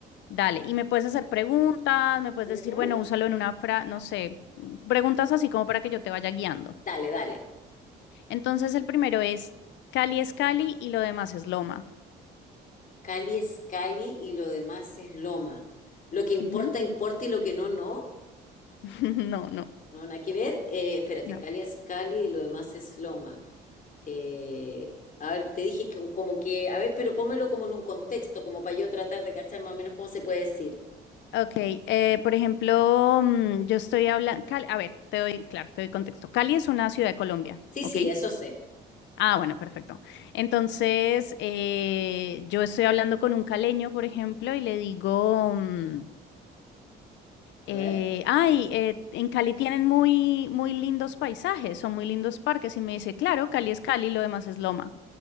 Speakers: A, on the left; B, on the left.
A: Dale, y me puedes hacer preguntas, me puedes
B: Ujú.
A: decir, bueno, úsalo en una frase, no sé, mm, preguntas así como para que yo te vaya guiando.
B: Dale, dale.
A: Entonces, el primero es Cali es Cali y lo demás es Loma.
B: Cali es Cali y lo demás es Loma. Lo que importa,
A: Ujú.
B: importa y lo que no, no.
A: <laughs> No, no,
B: No, nada que ver. Eh, espérate,
A: no.
B: Cali es Cali y lo demás es Loma. Eh, a ver, te dije que como que, a ver, pero pónmelo como en un contexto, como para yo tratar de cachar más o menos cómo se puede decir.
A: Ok, eh, por ejemplo, mm, yo estoy hablando, a ver, te doy, claro, te doy contexto. Cali es una ciudad de Colombia,
B: Sí,
A: ¿ok?
B: sí, eso sé.
A: Ah, bueno, perfecto. Entonces, eh, yo estoy hablando con un caleño, por ejemplo, y le digo... mm,
B: A
A: Eh,
B: ver,
A: ay, eh, en Cali tienen muy, muy lindos paisajes, son muy lindos parques. Y me dice, claro, Cali es Cali, lo demás es Loma.